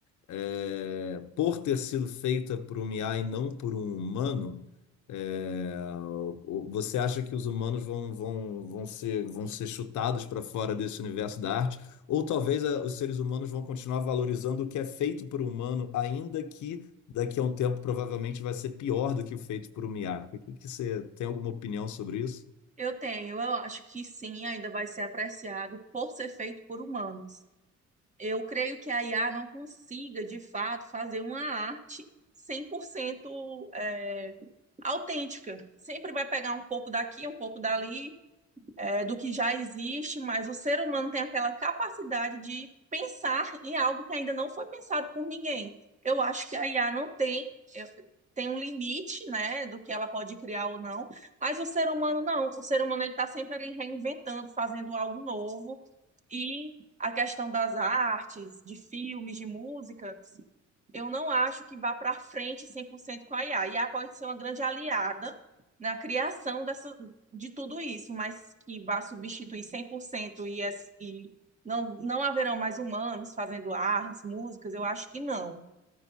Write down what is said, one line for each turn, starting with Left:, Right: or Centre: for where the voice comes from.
Left: é, por ter sido feita por um IA e não por um humano, é, o- o- você acha que os humanos vão, vão, vão ser, vão ser chutados para fora desse universo da arte? Ou talvez é, os seres humanos vão continuar valorizando o que é feito por um humano, ainda que daqui a um tempo provavelmente vai ser pior do que o feito por um IA? O que que você tem alguma opinião sobre isso?
Right: eu tenho. Eu acho que sim, ainda vai ser apreciado por ser feito por humanos. Eu creio que a IA não consiga, de fato, fazer uma arte 100% é, autêntica. Sempre vai pegar um pouco daqui, um pouco dali, é, do que já existe, mas o ser humano tem aquela capacidade de pensar em algo que ainda não foi pensado por ninguém. Eu acho que a IA não tem, eu- tem um limite, né, do que ela pode criar ou não, mas o ser humano não. O ser humano ele está sempre ali reinventando, fazendo algo novo e a questão das artes, de filmes, de música, eu não acho que vá para frente 100% com a IA. A IA pode ser uma grande aliada na criação dessa, de tudo isso, mas que vá substituir 100% e, es- e não, não haverão mais humanos fazendo artes, músicas, eu acho que não.